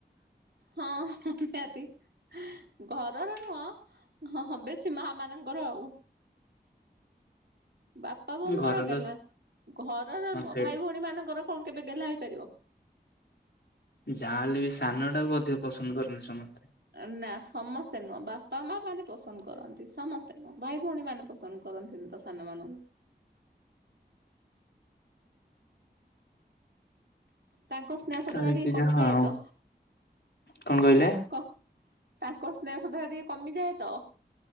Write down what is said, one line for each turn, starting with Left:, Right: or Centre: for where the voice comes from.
Right: ହଁ ସେତି ଘରର ନୁହଁ ହ ହଁ ବେଶୀ ମା ମାନଙ୍କର ଆଉ ବାପା ବୋଉଙ୍କର
Left: ଘରର
Right: ଗେଲା ଘରର
Left: ହଁ
Right: ନୁହଁ
Left: ସେଇଟା
Right: ଭାଇ ଭଉଣୀ ମାନଙ୍କର କଣ କେବେ ଗେଲା ହେଇପାରିବ।
Left: ଯାହାହଲେ ବି ସାନ ଟାକୁ ଅଧିକ ପସନ୍ଦ କନି ସମସ୍ତେ
Right: ନା ସମସ୍ତେ ନୁହଁ ବାପା ମା ମାନେ ପସନ୍ଦ କରନ୍ତି ସମସ୍ତେ ନୁହଁ ଭାଇ ଭଉଣୀ ମାନେ ପସନ୍ଦ କରନ୍ତିନି ତ ସାନ ମାନ ତାଙ୍କ ସ୍ନେହସଧାରା
Left: ଚାଲିଛି
Right: ଟିକେ କମିଯାଏ
Left: ଯାହା ଆଉ
Right: ତ
Left: କଣ କହିଲେ
Right: କ ତାଙ୍କ ସ୍ନେହ ସୁଦ୍ଧଟା ଟିକେ କମିଯାଏ ତ